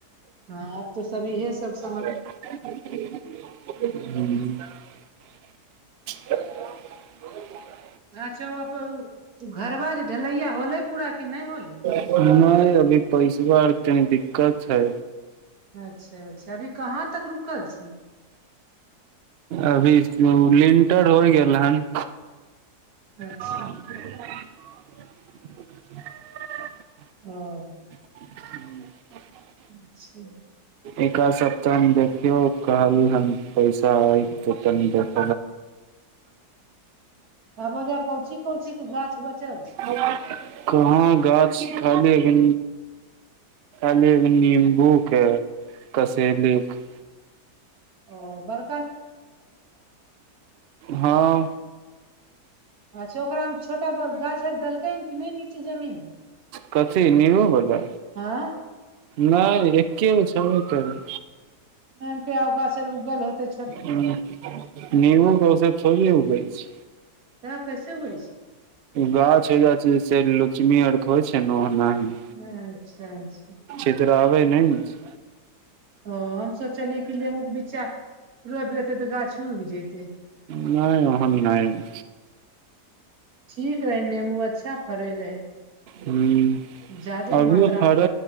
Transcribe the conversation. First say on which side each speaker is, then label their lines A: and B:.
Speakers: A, on the right; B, on the right.
A: हँ, आब तँ सबे एसस।
B: <inaudible> <inaudible> हू
A: अच्छा घरबा जे ढलैया होलै पूरा कि नहि होलै
B: नहि अभी पैसबा आर तनी दिक्कत छै
A: अच्छा-अच्छा, एखन कहाँ तक रुकल छै?
B: अभी लिंटर होय गेल हन
A: अच्छा
B: ह <unintelligible>
A: ओ <unintelligible> <unintelligible>
B: ह <unintelligible>
A: अच्छा
B: एकाज सब सप्ताहमे देखियौ कहल ह पैसा आय त तनी देख
A: आ बजा कहुची कहुची गाछ बचलछै <unintelligible>
B: आ <unintelligible> कहाँ गाछ खाली हीं नींबू के सैनिक <unintelligible> <unintelligible>
A: ओ बर
B: हँ
A: अच्छा ओकरा मे छोटा गाछ आर देलकै हन कि नहि नीचे जमीन
B: कथी नीबू बाला
A: आँय
B: नहि एके गो छेबे करै
A: न केगो गाछ अर उगल होते <unintelligible>
B: ह नेवो दौसथोड़ ए गै छै
A: त कसे होइ छै
B: गाछ एजा छै से लोच्मी आरके होइ छै ने ओना ही
A: अच्छा अच्छा
B: इतराबै नै ने छी
A: ह हमसोचलियै कि नेेमू के बिच्चा रोपि देते तऽ गाछ उगि जते
B: नहि ओहन नहि हो
A: ठीक रहै नेमू अच्छा फरे रहै
B: हूं
A: जादे
B: अभियो
A: मात्रा
B: फर
A: मे